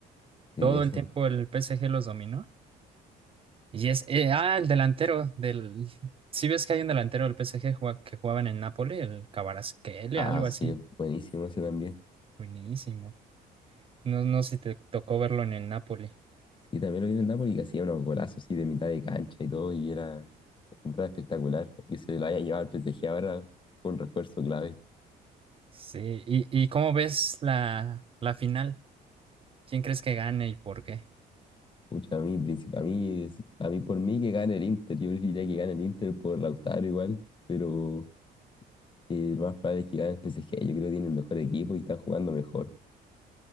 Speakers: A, on the left (about 30°); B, on the right (about 30°).
A: Sí,
B: Todo
A: eso.
B: el tiempo el PSG los dominó. Y es, eh, ah, el delantero del... <laughs> Si ves que hay un delantero del PSG jua- que jugaba en el Napoli, el Kvaratskhelia,
A: Ah,
B: algo
A: sí,
B: así.
A: es buenísimo ese también.
B: Buenísimo. No, no sé si te tocó verlo en el Napoli.
A: Sí, también lo vi en el Napoli que hacía unos golazos así de mitad de cancha y todo, y era contra espectacular. Y que se lo haya llevado al PSG ahora fue un refuerzo clave.
B: Sí, ¿y, y cómo ves la, la final? ¿Quién crees que gane y por qué?
A: Pucha, a mí, princip- a mí, es- a mí por mí que gane el Inter. Yo preferiría que gane el Inter por Lautaro igual, pero Y lo más probable es que gane el PSG. Yo creo que tiene el mejor equipo y están jugando mejor.